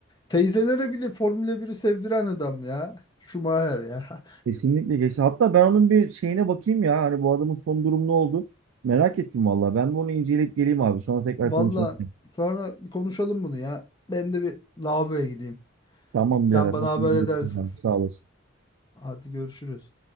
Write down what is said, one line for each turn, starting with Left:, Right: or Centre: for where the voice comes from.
Left: teyzelere bile Formula biri sevdiren adam ya. Schumacher ya. <laughs>
Right: Kesinlikle geçti. Hatta ben onun bir şeyine bakayım ya. Hani bu adamın son durumu ne oldu? Merak ettim vallahi. Ben bir onu inceleyip geleyim abi. Sonra tekrar
Left: Valla
Right: konuşalım.
Left: sonra bir konuşalım bunu ya. Ben de bir lavaboya gideyim.
Right: Tamam
Left: Sen
Right: birader.
Left: bana
Right: Hadi
Left: haber
Right: görüşürüz
Left: edersin.
Right: abi. Sağ olasın.
Left: Hadi görüşürüz.